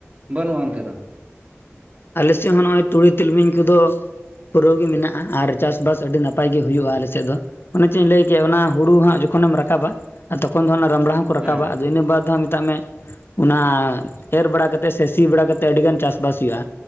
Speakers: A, on the right; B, on the left.
A: ᱵᱟᱹᱱᱩᱜᱼᱟ ᱚᱱᱛᱮ ᱫᱚ,
B: ᱟᱞᱮ ᱥᱮᱫ ᱦᱚᱸ ᱱᱚᱜᱼᱚᱭ ᱛᱩᱲᱤ ᱛᱤᱞᱢᱤᱧ ᱠᱚᱫᱚ ᱯᱩᱨᱟᱹᱣ ᱜᱮ ᱢᱮᱱᱟᱜᱼᱟ ᱟᱨ ᱪᱟᱥᱵᱟᱥ ᱟᱹᱰᱤ ᱱᱟᱯᱟᱭ ᱜᱮ ᱦᱩᱭᱩᱜᱼᱟ ᱟᱞᱮᱥᱮᱫ ᱫᱚ ᱚᱱᱮ ᱪᱚᱧ ᱞᱟᱹᱭ ᱠᱮᱭᱟ ᱚᱱᱟ ᱦᱩᱲᱩ ᱦᱟᱸᱜ ᱡᱚᱠᱷᱚᱱᱮᱢ ᱨᱟᱠᱟᱵᱟ ᱟᱨ ᱛᱚᱠᱷᱚᱱ ᱫᱚ ᱚᱱᱟ ᱨᱟᱢᱵᱽᱲᱟ ᱦᱚᱸᱠᱚ ᱨᱟᱠᱟᱵᱟ,
A: ᱦᱮᱸ
B: ᱟᱫᱚ ᱤᱱᱟᱹ ᱵᱟᱫᱽ ᱦᱚᱸ ᱢᱮᱛᱟᱜ ᱢᱮ ᱚᱱᱟ ᱮᱨ ᱵᱟᱲᱟ ᱠᱟᱛᱮᱫ ᱥᱮ ᱥᱤ ᱵᱟᱲᱟᱠᱟ ᱛᱮᱫ ᱟᱹᱰᱤᱜᱟᱱ ᱪᱟᱥᱵᱟᱥ ᱦᱩᱭᱩᱜᱼᱟ